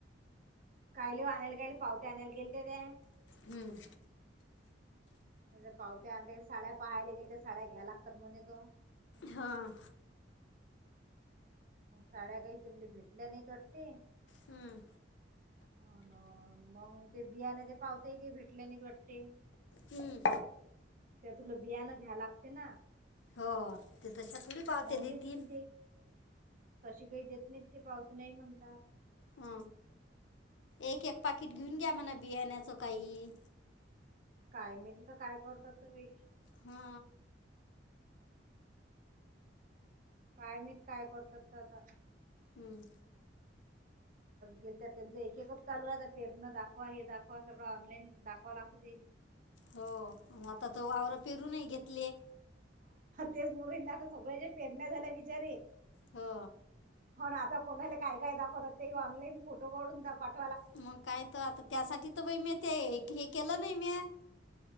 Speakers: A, on the right (about 45°); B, on the left (about 75°).
A: कायलीायला कायले पावते आणायला गेल ते त्या
B: हम्म
A: अरे पावते आणले साड्या पाहायला गेल त्या साड्या घ्या लागतात म्हणे तो
B: हां
A: साड्या काही चुली भेटल्या नाही तटी
B: हं,
A: अन मग ते बियाण्याचे पावतय काी भेटलेय न त वाटते
B: हम्म
A: त्या तुलो बयानो घ्या लागते ना
B: हो ते त सकळी पावते
A: मग
B: ते
A: देतीन
B: तीन
A: तशी काही देत नाहीत ते पावती नाही म्हणतात
B: ह एक एक पाकिट
A: मग
B: घेऊन घ्या म्हणा बियाण्याच काई
A: काय मी तिथं काय करतात तही
B: हा
A: काय मी काय करतात तर आता
B: हम्म
A: गेल तर त्यांच एक एकच चालू आहे पेरनं दाखवा हे दाखवा सगळं ऑनलाईन दाखवा लागतेले
B: हो आता त आवरवर पेरूनही घेतले
A: तेज मुरींना आता <unintelligible> सगळ्या जे पेरण्या झाल्या विचारे
B: हो.
A: हो ना, आता कोणाले काय काय दाखवतात. ते ऑनलाईन फोटो काढून दाप पाठ
B: मग काय तर आता त्यासाठी तर बई मी ते हे हे <unintelligible> केलं न्हय म्या